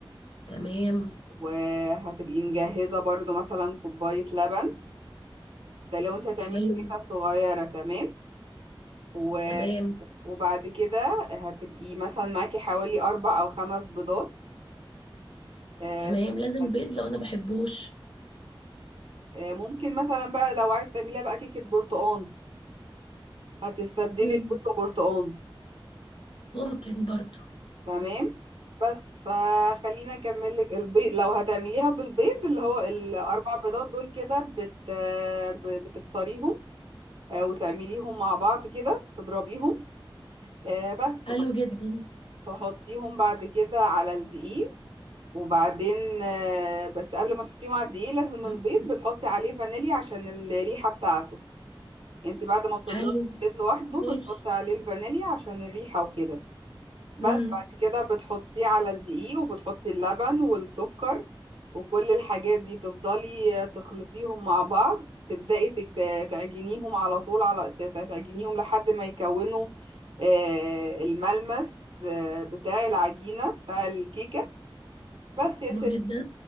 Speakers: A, on the left; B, on the right.
A: تمام
B: وهتبقي مجهزة برضو مثلا كوباية لبن ده لو انت هتعملي
A: حلو
B: كيكة صغيرة تمام و...
A: تمام
B: وبعد كده هتبقي مثلا معاكي حوالي أربع أو خمس بيضات آه،
A: تمام
B: ف-
A: لازم
B: هت-
A: بيض لو انا بحبوش
B: آه، ممكن مثلا بقى لو عايز تعمليها بقى كيكة برتقال هتستبدلي
A: مم.
B: البيض ببرتقال
A: ممكن برضو
B: تمام بس فخلينا أكمل لك البيض لو هتعمليها بالبيض اللي هو الأربع بيضات دول كده بت... آه، ب- بتكسريهم آه، وتعمليهم مع بعض كده تضربيهم آه، بس
A: حلو
B: وبعد-
A: جدا
B: تحطيهم بعد كده على الدقيق وبعدين آه، بس قبل ما تحطيهم على الدقيق لازم
A: <clears throat>
B: البيض بتحطي عليه فانيليا عشان الريحة بتاعته انت بعد ما بتضربي
A: حلو
B: البيض لوحده
A: ماشي
B: بتحطي عليه الفانيليا عشان الريحة وكده بس
A: مم.
B: بعد كده بتحطيه على الدقيق وبتحطي اللبن والسكر وكل الحاجات دي تفضلي آه، تخلطيهم مع بعض تبدأي تكت- تعجنيهم على طول على ت- تعجنيهم لحد ما يكونوا آه، الملمس آه، بتاع العجينة بتاع الكيكة بس يا
A: حلو
B: ستي
A: جدا